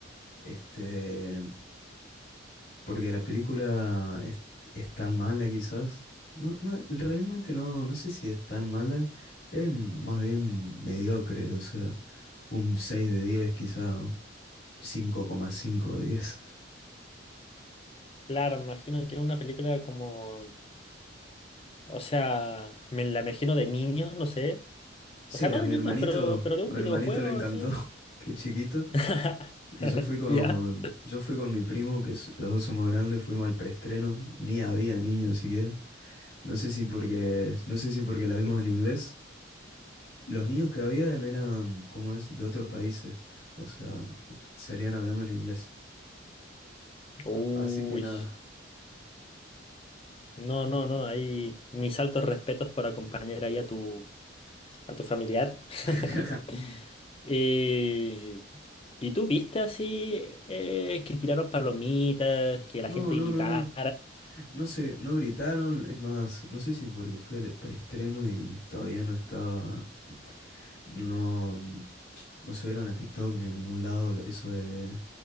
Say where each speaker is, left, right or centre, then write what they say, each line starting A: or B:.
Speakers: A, on the left (about 65°); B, on the left (about 30°).
A: Este. Porque la película es, es tan mala quizás. No, no, realmente no, no sé si es tan mala. Es más bien mediocre, o sea, un 6 de 10, quizá, o cinco coma cinco de 10.
B: Claro, me imagino que es una película como, o sea, me la imagino de niños, no sé,
A: Sí,
B: o sea, no
A: a
B: de
A: mi
B: niños,
A: hermanito,
B: pero, pero de
A: a
B: un
A: mi
B: videojuego,
A: hermanito le encantó,
B: sí.
A: <laughs> que es chiquito.
B: <laughs>
A: Y yo fui con,
B: ¿Ya?
A: yo fui con mi primo, que es- los dos somos grandes, fuimos al preestreno, ni había niños siquiera. No sé si porque, no sé si porque la vimos
B: <laughs>
A: en inglés. Los niños que habían eran, ¿cómo es?, de otros países. O sea, salían hablando en inglés.
B: Uy.
A: Así que nada.
B: No, no, no. Ahí mis altos respetos por acompañar ahí a tu, a tu familiar. <laughs>
A: <laughs>
B: Eh, ¿y tú viste así eh, que tiraron palomitas, que
A: No,
B: la gente
A: no,
B: gritara?
A: no, no. No sé, no gritaron. Es más, no sé si porque fue el preestreno y todavía no estaba. No, no subieron a TikTok ni a ningún lado eso de,